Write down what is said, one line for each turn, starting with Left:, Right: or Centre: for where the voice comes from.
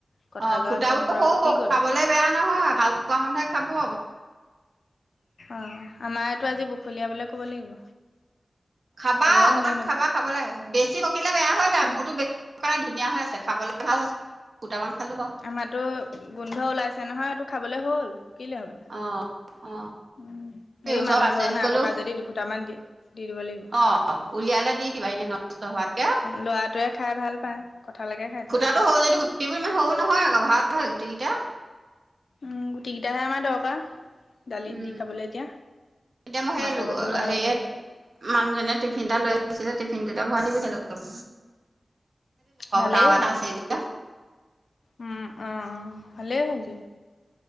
Left: কঁঠালৰ
Right: অ' ফুটাবোৰ
Left: একদম পূৰা
Right: সৰু
Left: পকি
Right: সৰু খাবলে
Left: গ'ল
Right: বেয়া নহয় ভাল পোৱা মানুহে খাব।
Left: অ' আমাৰ এটো আজি বখলীয়াবলে ক'ব লাগিব।
Right: খাবা
Left: খাব
Right: অকণমান
Left: সেই ন
Right: খাবা, খাব লাগে। বেছি পকিলে বেয়া হৈ যায়।
Left: অঁ
Right: মোৰতো বেছি পোৰা ধুনীয়া হৈ আছে খাবলে ভাল হৈছে। ফুটামান খালো বাৰু
Left: আমাটো গোন্ধ ওলাইছে, নহয় সেটো খাবলে হ'ল। কিলে হ'বলা।
Right: অ অ
Left: উ, এই
Right: ওচৰৰ
Left: মানুহ
Right: পাচনি
Left: ঘৰৰ নাই
Right: কলো
Left: পকা যদি দুফুটামান দি দি দিব লাগিব
Right: অ' উলিয়ালে দি দিবা এনেই নষ্ট হোৱাতকে।
Left: ল'ৰাটোৱে খাই ভাল পায় কঁঠালকে খাই থাকে
Right: ফুটাটো
Left: সি
Right: সৰু যদিও গুটিবোৰ ইমান সৰু নহয় আকৌ ভাল। ভাল গুটিগিতা।
Left: উম গুটি গিতাহে আমাৰ দৰকাৰ। দালিত
Right: উম
Left: দি খাবলৈ এতিয়া।
Right: এতিয়া মই সেই
Left: মাছৰ হতিও বনাব
Right: হেৰিয়াত
Left: পাৰি।
Right: মানুহজনে টিফিন এটা লৈ আহিছিলে টিফি টিফিনটোতে ভৰাই দি পঠিয়ালো অলপ।
Left: ভালেই
Right: <unintelligible> আও
Left: হ'ল
Right: এটা আছেই যেতিয়া।
Left: উম অ' অ' ভালেই হ'ল দিলি।